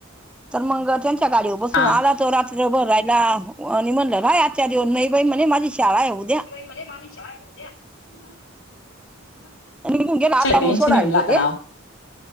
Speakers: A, in the centre; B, on the left (about 75°).
A: तर मग त्यांच्या गाडीवू बसून
B: हा
A: आला तो रात्रीभर रायला आणि म्हणलं रा आचादिवस नाही बाई म्हणे माझी शाळा हाय उद्या.
B: मला माणी शद्या
A: निघून गेला आता मग
B: टेनशनऊन
A: सोडायला
B: लाता
A: गेले